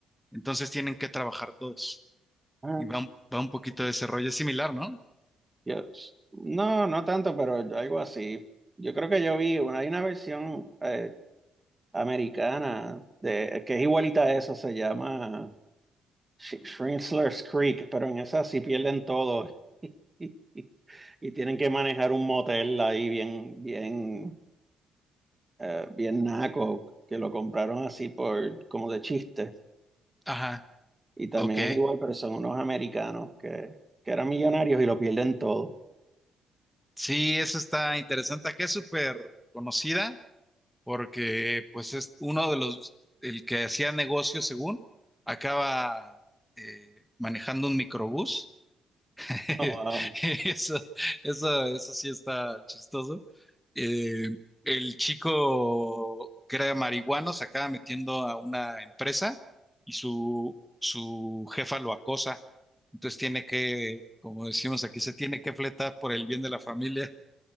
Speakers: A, in the centre; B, on the right.
A: entonces tienen que trabajar todos.
B: Ah,
A: Y va, un- va un poquito de ese rollo es similar, ¿no?
B: Yo, no, no tanto, pero algo así. Yo creo que yo vi, una- hay una versión eh, americana de, que es igualita a eso, se llama Sh- Shrintzler's Creek, pero en esa sí pierden todo <laughs> y tienen que manejar un motel ahí bien, bien, eh, bien naco, que lo compraron así por, como de chiste.
A: Ajá,
B: Y también
A: ok.
B: es igual, pero son unos americanos que, que eran millonarios y lo pierden todo.
A: Sí, eso está interesante, que es súper conocida porque pues es uno de los, el que hacía negocio según, acaba eh, manejando un microbús <laughs>
B: Oh, wow.
A: Eso, eso, eso sí está chistoso. Eh, el chico que era marihuano se acaba metiendo a una empresa y su, su jefa lo acosa. Entonces tiene que, como decimos aquí, se tiene que fletar por el bien de la familia.